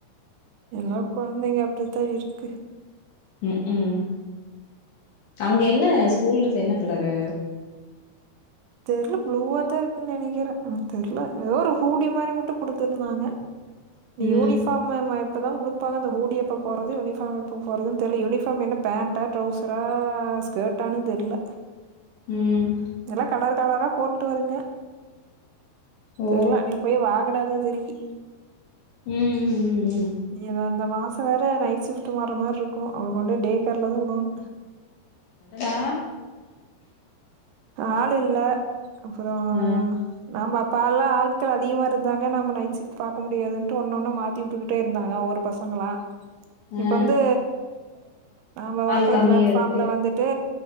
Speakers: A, on the right; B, on the left.
A: எல்லா குழந்தைங்க அப்டித்தான் இருக்கு
B: ம் ம் அங்க என்ன ஸ்கூல் ட்ரெஸ் என்ன கலரு
A: தெர்ல ப்ளூவா தா இருக்குன்னு நெனைக்கிறே தெர்ல ஏதோ ஒரு ஹூடி மாரி மட்டு குடுத்துருந்தாங்க நீ
B: ம்
A: யூனிஃபார்ம் எப்பதா குடுப்பாங்க அ ஹூடி எப்ப போறது யூனிஃபார்ம் எப்ப போறது தெர்ல யூனிஃபார்ம் என்னப் பேண்டா ட்ரௌசரா ஸ்கட்டானு தெர்ல
B: ம்
A: எல்லா கலர் கலரா போட்டு வருங்க
B: ஓ
A: தெர்ல இனிபோய் வாங்குனாதா தெரியு
B: ம் ம் ம் ம்
A: நீ அந்த மாச வேற நைட் சிப் டு மாற மாரி இருக்கு அவளு கொண்டு டேகேர்ல தா விடணு
B: ட ஆ
A: ஆள் இல்ல அப்பற
B: ஆ
A: நம்ம அப்பால்லா ஆட்கள் அதிகமா இருந்தாங்க நம் நைட் சிப்ட் பாக்க முடியாதுன்ட்டு ஒன்னு ஒன்னா மாத்தி விட்டுக்கிட் டே இருந்தாங்க ஒவ்வொரு பசங்களா இப்ப
B: ஆ.
A: வந்து நாம பாக்குற
B: ஆள் கம்மியா
A: பிளாட்ஃபார்ம்ல
B: இருக்கு
A: வந்து ட்டு